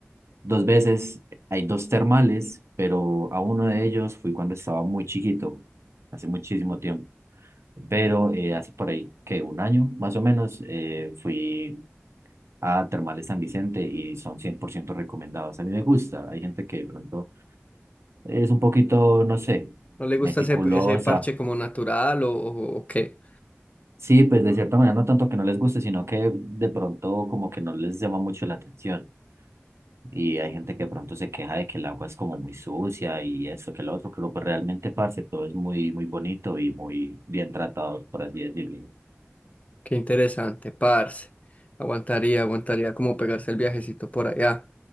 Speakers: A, on the right; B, on the left.
A: dos veces. Hay dos termales, pero a uno de ellos fui cuando estaba muy chiquito, hace muchísimo tiempo. Pero eh, hace por ahí que un año más o menos eh, fui a Termales San Vicente y son 100% recomendados. A mí me gusta, hay gente que de pronto es un poquito, no sé,
B: ¿No le
A: meticulosa.
B: gusta ese, ese parche como natural o, o o qué?
A: Sí, pues de cierta manera no tanto que no les guste, sino que de pronto como que no les llama mucho la atención. Y hay gente que de pronto se queja de que el agua es como muy sucia y eso que lo otro, pero pues realmente, parce, todo es muy, muy bonito y muy bien tratado, por así decirlo.
B: Qué interesante, parce. Aguantaría, aguantaría como pegarse el viajecito por allá.